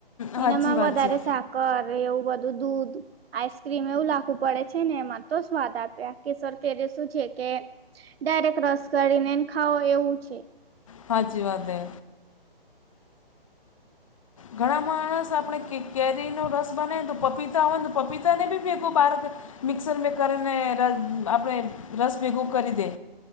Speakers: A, on the left; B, on the right.
A: સાચી
B: એનામાં
A: વાત
B: વધારે
A: છે
B: શાક કર એવું બધું દૂધ આઈસ્ક્રીમ એવું લાખવું પડે છે ને એમાં તો સ્વાદ આપે. <unintelligible> શું છે કે ડાયરેક્ટ રસ કરીનેને ખાવો એવું છે.
A: હાચી વાત હે ઘણા માણસ આપણે કેરી નો રસ બનાવી તો પપીતા હો પપીતા ને બી બેકો બાર્ગ મિક્સર મે કરીને આપણે રસ ભેગું કરી દે